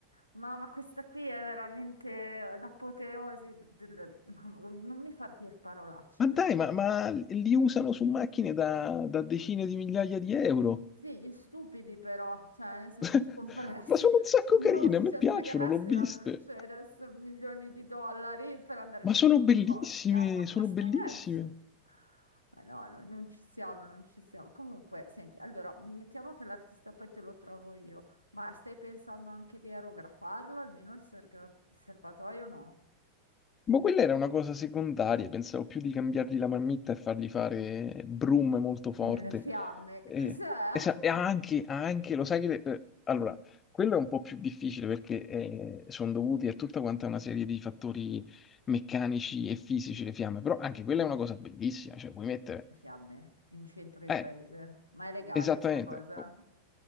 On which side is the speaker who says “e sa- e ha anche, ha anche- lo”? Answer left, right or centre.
Left